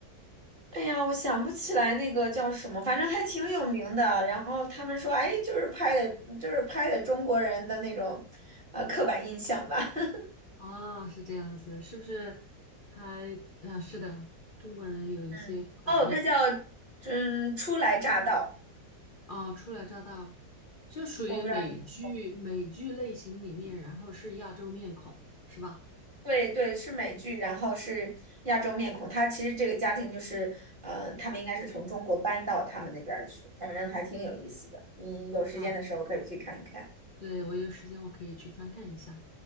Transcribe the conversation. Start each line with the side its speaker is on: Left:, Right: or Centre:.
Right: 哎呀，我想不起来那个叫什么，反正还挺有名的。然后他们说，哎，就是拍的，就是拍的中国人的那种，呃，刻板印象吧。<laughs>
Left: 啊，是这样子，是不是还？呃，是的，中国人有一些刻板印象。
Right: 嗯，哦，他叫嗯初来乍到，
Left: 啊，初来乍到，就属于美剧美剧类型里面，
Right: 我不知道你。
Left: 然后是亚洲面孔，是吧？
Right: 对对，是美剧，然后是亚洲面孔。他其实这个家庭就是，嗯、他们应该是从中国搬到他们那边儿去，反正还挺有意思的。你有时间的时候可以去看一看。
Left: 啊，对，我有时间我可以去翻看一下